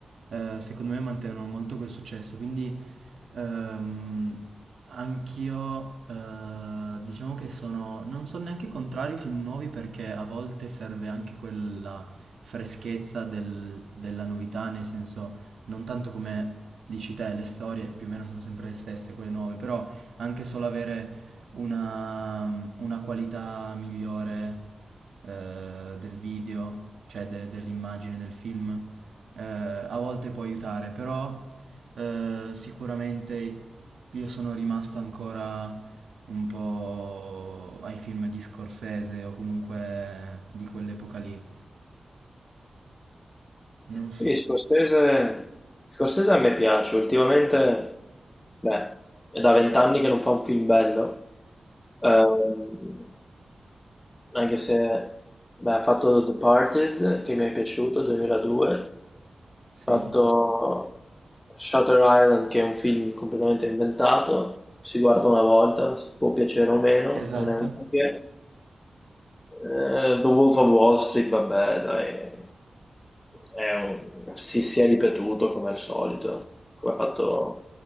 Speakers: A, on the right; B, on the left.
A: eh, secondo me mantengono molto quel successo, quindi Ehm, anch'io eh, diciamo che sono, non sono neanche contrari ai film nuovi perché a volte serve anche quella freschezza del- della novità, nel senso non tanto come dici te, le storie più o meno sono sempre le stesse, quelle nuove, però anche solo avere una, una qualità migliore eh, del video, cioè de- dell'immagine del film, eh, a volte può aiutare, però eh, sicuramente io sono rimasto ancora un po' ai film di Scorsese o comunque di quell'epoca lì. Non so.
B: Sì, Scorsese, Scorsese a me piace, ultimamente, beh, è da vent'anni che non fa un film bello, Ehm, anche se beh, ha fatto The Departed, che mi è piaciuto, 2002.
A: Sì,
B: Ho fatto Shutter Island, che è un film completamente inventato, si guarda una volta, può piacere o meno,
A: esatto.
B: non è un granché. Eh, The Wolf of Wall Street, vabbè, dai, è un- si, si è ripetuto come al solito, come ha fatto